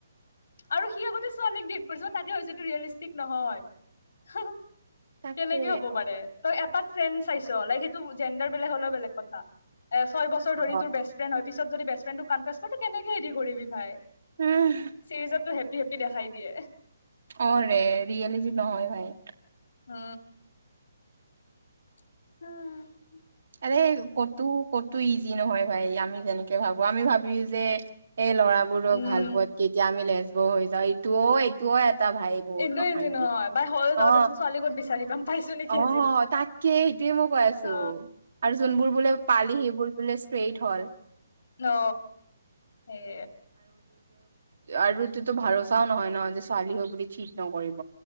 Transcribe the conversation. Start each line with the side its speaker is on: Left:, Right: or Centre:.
Left: আৰু সি আগতে ছোৱালীক দেত কৰিছ তাতে ভাবিছোঁ এইটো ৰিয়েল ইষ্টিক নহয়।
Right: তাকে
Left: কেনেকে হ'ব পাৰে তই এটাক ফ্ৰেণ্ড চাইছ লাই সেইটো জেণ্ডাৰ বেলেগ হ'লেও বেলেগ কথা। এ ছয় বছৰ
Right: অ
Left: ধৰি তোৰ বেষ্ট ফ্ৰেণ্ড হয় পিছত যদি বেষ্ট ফ্ৰেডক কনফে্ছো কেনেকে হেৰি কৰিবি ভাই
Right: উম
Left: চিৰিজতো হেপ্পি হেপ্পি দেখাই দিয়ে
Right: অ ৰে ৰিয়েলি যি নহয় ভাই
Left: উম উম
Right: আৰে কতো কতো ইজি নহয় ভাই আমি যেনেকে ভাবো আমি ভাবি যে এই ল'ৰাবোৰক
Left: উম
Right: ভাল পোৱাত কেতিয়া আমি লেজবৰ হৈ যাওঁ ইটোও এইটোও ভাই বহুত
Left: এইটোৱে
Right: অশান্তি
Left: যি নহয় বাই হয়ো যাওঁ
Right: অ
Left: দেচোন ছোৱালী ক'ত বিচাৰি পাম পাইছো নেকি
Right: অ
Left: আজিলৈ
Right: তাককে সেইটোৱে মই কৈ আছো
Left: অ
Right: আৰু যোনবোৰ বোলে পালি সেইবোৰ বোলে ষ্ট্ৰেইট হল
Left: অ সেই
Right: আৰুটো ভৰচাও নহয় ন যে ছোৱালী হৈ বুলি চিট নকৰিব